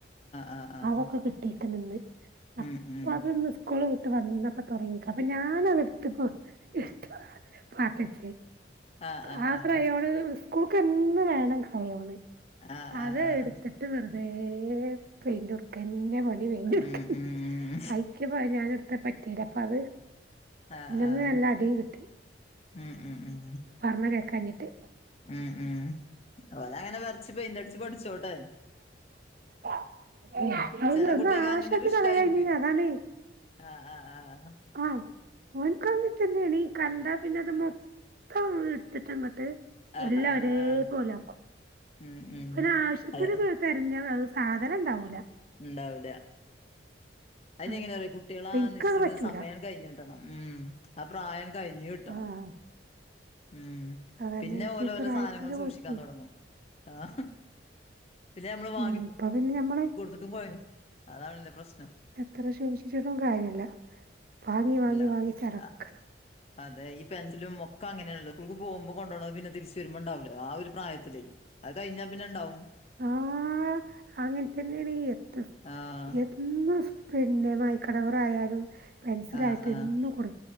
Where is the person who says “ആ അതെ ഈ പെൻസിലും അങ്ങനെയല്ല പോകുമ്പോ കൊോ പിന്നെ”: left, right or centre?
Left